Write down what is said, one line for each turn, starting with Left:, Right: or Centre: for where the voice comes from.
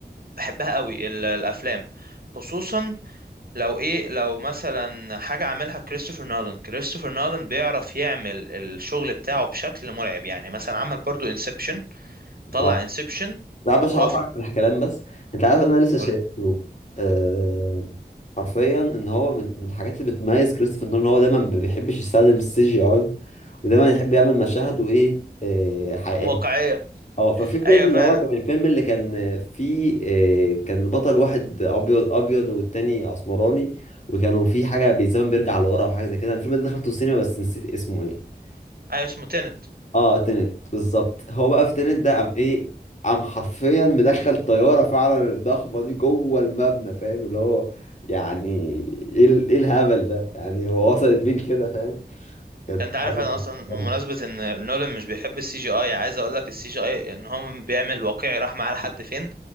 Right: بحبها قوي ال- الافلام خصوصا لو ايه لو مثلا حاجة عاملها كريستوفر نولان كريستوفر نولان بيعرف يعمل الشغل بتاعه بشكل مرعب يعني مثلا عمل برضو انسبشن طلع
Left: اه
Right: انسبشن
Left: لا باش
Right: خرافي
Left: هقطعك في الكلام بس انت عارف انا لسه شايفه
Right: قول
Left: آه... حرفيا ان هو من من الحاجات اللي بتميز كريستوفر نولان ان هو دايما ما بيحبش يستخدم السي جي اي ودايما يحب يعمل مشاهد وايه آه... حقيقيه
Right: واقعية
Left: اه ففي فيلم
Right: ايوه
Left: اللي
Right: فعلا
Left: هو كان الفيلم اللي كان فيه آه... كان البطل واحد ابيض ابيض والتاني اسمراني وكانوا في حاجه بالزمن بيرجع لورا او حاجه زي كده أنا الفيلم ده دخلته السينما بس نسيت اسمه ايه
Right: ايوه اسمه تينت
Left: اه تنت بالظبط هو بقى في تنت ده قام ايه قام حرفيا مدخل طياره فعلا الضخمه دي جوه المبنى فاهم اللي هو يعني ايه ال- ايه الهبل ده يعني هو وصلت بيه كده فاهم كانت
Right: ده انت عارف
Left: حاجه
Right: انا اصلا بمناسبة
Left: جامدة.
Right: ان نولان مش بيحب السي جي اي عايز اقول لك السي جي اي ان هو بيعمل واقعي راح معاه لحد فين